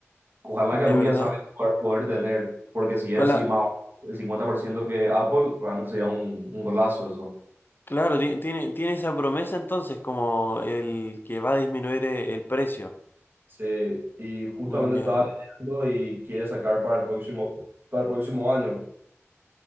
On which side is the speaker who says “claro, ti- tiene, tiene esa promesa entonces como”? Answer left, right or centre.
Left